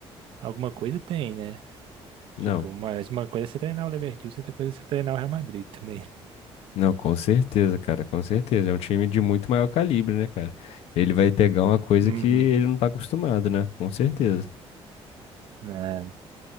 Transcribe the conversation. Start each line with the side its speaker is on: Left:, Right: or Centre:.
Right: alguma coisa tem, né?
Left: Não.
Right: Tipo, mas uma coisa é você treinar o Leverkusen, outra coisa é você treinar o Real Madrid também.
Left: Não, com certeza, cara, com certeza. É um time de muito maior calibre, né, cara? Ele vai pegar uma coisa
Right: Uhum.
Left: que ele não tá acostumado, né? Com certeza.
Right: É,